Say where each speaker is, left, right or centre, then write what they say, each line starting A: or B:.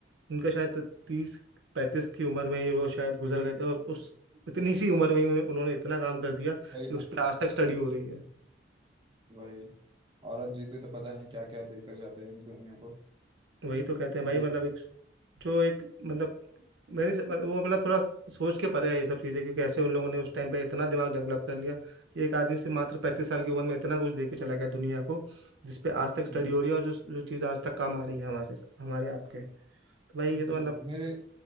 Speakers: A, on the right (about 80°); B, on the right (about 25°).
A: उनका शायद तो तीस पैंतीस की उम्र में ही वो शायद गुजर गए थे और उस इतनी सी उम्र में ही उन्हें- उन्होंने इतना काम कर दिया
B: वही
A: कि उस
B: ना
A: पर आज तक स्टडी हो रही है
B: वही औरत जीते तो पता नहीं क्या क्या देकर जाते हैं दुनिया को
A: वही तो कहते
B: वो
A: हैं भाई
B: भी
A: मतलब एक जो एक मतलब मेरी से- मतलब वो मतलब थोड़ा सोच के परे है ये सब चीज़ें कि कैसे उन लोगों ने उस टाइम पे इतना दिमाग डेवलप कर लिया कि एक आदमी से मात्र पैंतीस साल की उम्र में इतना कुछ दे के चला गया दुनिया को जिस पे आज तक
B: जी
A: स्टडी हो रही है और जो जो चीज़ आज तक काम आ रही है हमारे हमारे आपके तो भाई ये तो
B: जी
A: मतलब
B: वही मेरे